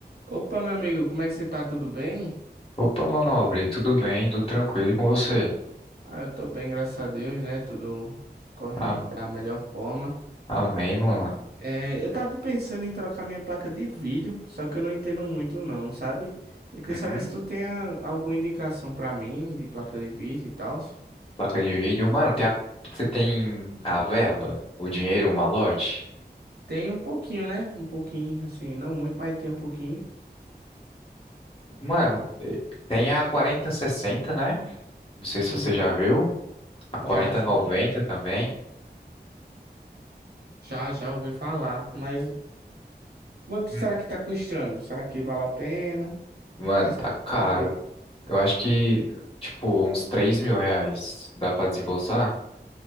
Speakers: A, on the right (about 70°); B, on the left (about 35°).
A: Opa, meu amigo, como é que você tá? Tudo bem?
B: Opa, meu nobre, tudo bem, tudo tranquilo e com você?
A: Ah, eu tô bem, graças a Deus, né? Tudo correndo
B: A-
A: da melhor forma.
B: Amém, mano.
A: É, eu tava pensando em trocar minha placa de vídeo, só que eu não entendo muito não, sabe? Eu queria
B: Uhum.
A: saber se tu tem a- alguma indicação pra mim de placa de vídeo e tal.
B: Placa de vídeo. Mano, tem a- você tem a verba, o dinheiro, o malote?
A: Tem um pouquinho, né? Um pouquinho, assim, não muito, mas tem um pouquinho.
B: Mano, eh, tem a 4060, né? Não sei se
A: Uhum.
B: você já viu. A 4090
A: Já, já.
B: também.
A: Já, já ouvi falar. Mas quanto
B: Hum.
A: será que tá custando? Será que vale a pena?
B: Mano,
A: É isso
B: tá
A: que eu quero
B: caro.
A: saber.
B: Eu acho que, tipo, uns três mil reais dá pra desembolsar.